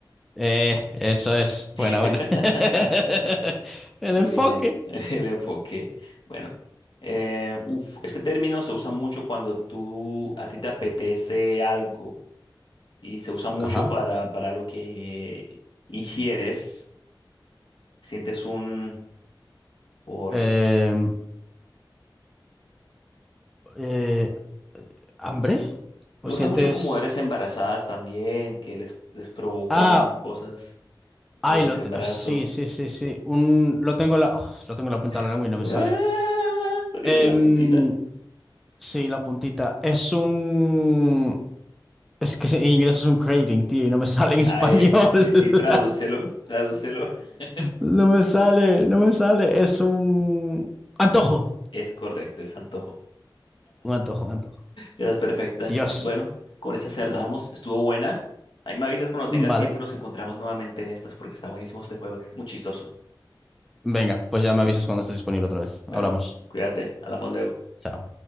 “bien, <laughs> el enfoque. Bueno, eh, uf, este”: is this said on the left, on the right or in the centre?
Left